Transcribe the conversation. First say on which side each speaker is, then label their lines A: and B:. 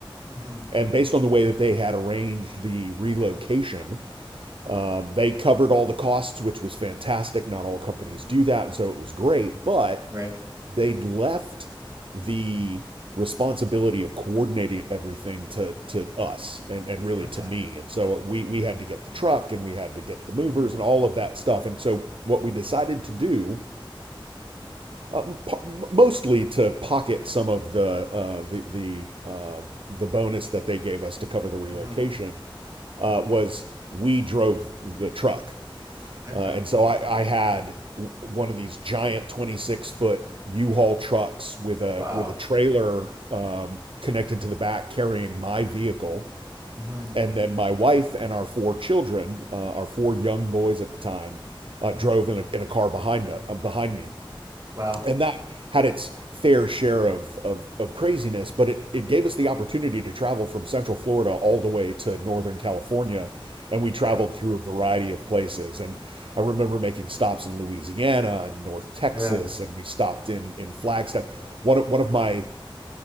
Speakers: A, on the right; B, on the right.
A: Mm-hmm.
B: And based on the way that they had arranged the relocation, Um, they covered all the costs, which was fantastic. Not all companies
A: Mm-hmm.
B: do that, and so it was great. But
A: Right.
B: they'd left the responsibility of coordinating everything to to us and and really
A: Okay.
B: to me. And so we we had to get the truck and we had to get the movers
A: Mm-hmm.
B: and all of that stuff. And so what we decided to do, um, p- mostly to pocket some of the uh, the the um, the bonus that they gave us to cover the relocation,
A: Mm-hmm.
B: uh, was we drove the truck
A: Okay.
B: uh, and so I, I had one of these giant 26 foot U-Haul trucks with a
A: Wow.
B: with a trailer um, connected to the back carrying my vehicle,
A: Mhm,
B: and then my wife and our four children, uh, our four young boys at the time, uh,
A: mhm.
B: drove in a, in a car behind uh, behind me
A: Wow.
B: and that had its fair share of, of, of craziness, but it, it gave us the opportunity to travel from Central Florida all the way to Northern California. And we traveled
A: Yeah.
B: through a variety of places. And I remember making stops in Louisiana and North Texas,
A: Yeah.
B: and we stopped in, in Flagstaff. One of, one of my